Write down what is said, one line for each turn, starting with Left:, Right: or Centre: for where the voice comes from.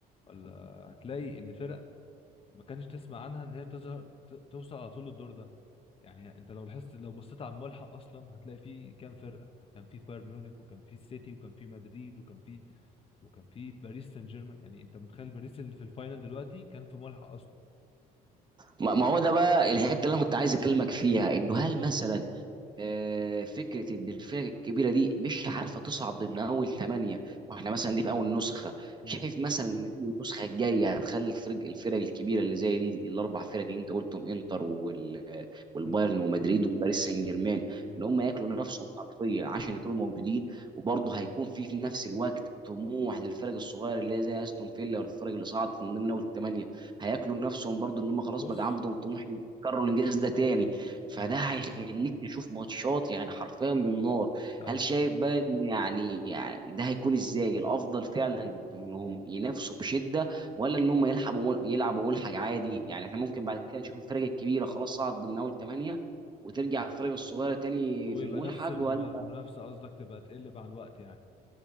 Left: ولا هتلاقي ان فرق ما كانش تسمع عنها ان هي تظهر ت- توصل على طول للدور ده يعني انت لو لاحظت لو بصيت على الملحق اصلا هتلاقي في كام فرقه كان في بايرن ميونخ وكان في السيتي وكان في مدريد وكان في وكان في باريس سان جيرمان يعني انت متخيل باريس اللي في الفاينل دلوقتي كان في ملحق اصلا
Right: ما ما هو ده بقى الحته اللي انا كنت عايز اكلمك فيها انه هل مثلا آه، فكره ان الفرق الكبيره دي مش عارفه تصعد ضمن اول ثمانيه واحنا مثلا دي في اول نسخه
Left: امم
Right: شايف مثلا ان دي النسخه الجايه هتخلي الفرق الفرق الكبيره اللي زي دي الاربع فرق اللي انت قلتهم انتر وال والبايرن
Left: امم
Right: ومدريد وباريس سان جيرمان
Left: امم
Right: ان هم ياكلوا نفسهم حرفيا عشان يكونوا موجودين وبرضه هيكون في في نفس الوقت طموح للفرق الصغيره اللي هي زي استون فيلا والفرق اللي صعدت من ضمن اول ثمانيه هياكلوا نفسهم برضه ان هم خلاص
Left: بص
Right: بقى عندهم طموح يكرروا الانجاز ده تاني فده
Left: امم
Right: هيخليك تشوف ماتشات يعني حرفيا من نار
Left: ايوه
Right: هل شايف بقى إن يعني, يعني ده هيكون ازاي الافضل فعلا انهم ينافسوا بشده ولا ان هم يلعبوا يلعبوا ملحق عادي يعني احنا ممكن بعد كده نشوف الفرق الكبيره خلاص صعد ضمن اول ثمانيه وترجع الفرق الصغيره تاني
Left: ويبقى
Right: في الملحق
Left: نفس المنا-
Right: ولا
Left: المنافسه قصدك تبقى تقل مع الوقت يعني